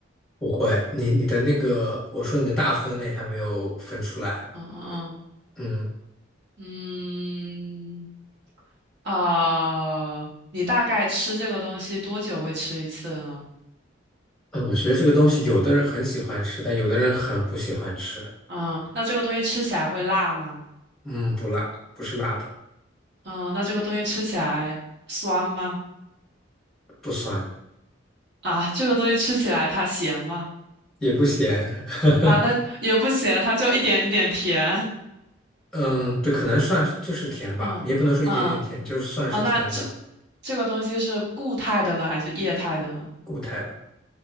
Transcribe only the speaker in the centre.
不会，你你的那个，我说你的大分类还没有分出来，
嗯
嗯，呃我觉得这个东西有的人很喜欢吃，但有的人很不喜欢吃，
嗯，不辣，不是辣的，
不酸，
也不咸。<laughs>
嗯，对，可能算是就是甜吧，
你也不能说一点点甜，就算是甜的，
固态的。